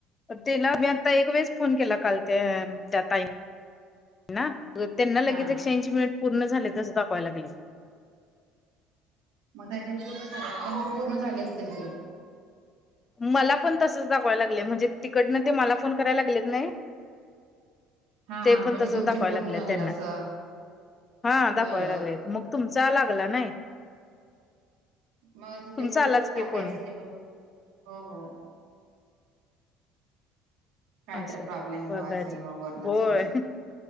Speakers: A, on the left; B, on the right.
A: तला मी आता एक वेळेस फोन केला काल ते त्या ताई ना. त्यांना लगेच
B: हा
A: एक एकशे ऐंशी मिनिट पूर्ण झाले तसं दाखवाय लाग
B: मग त्यांचे पूर्ण झा त्यांचे पूर्ण झाले असतील की
A: मला पण तसच दाखवायला लागले म्हणजे तिकडनं ते मला फोन करायला लागले का नाय
B: हा
A: ते
B: हा
A: पण
B: म्हणजे
A: तस
B: तुमचे
A: दाखवायला
B: पूर्ण
A: लागले
B: झालेलं
A: त्यांना
B: असं
A: हा दाखवाय
B: होय
A: लागले मग तुमचा लागला नाही.
B: मग असं
A: तुमचा
B: ते बरोबर
A: आलाच
B: ग्रुप वर टाकायचं
A: फोन
B: की बघ. हो हो काय
A: असं
B: तर प्रॉब्लेम
A: बघायचं
B: हो असेल मग वर्णच
A: होय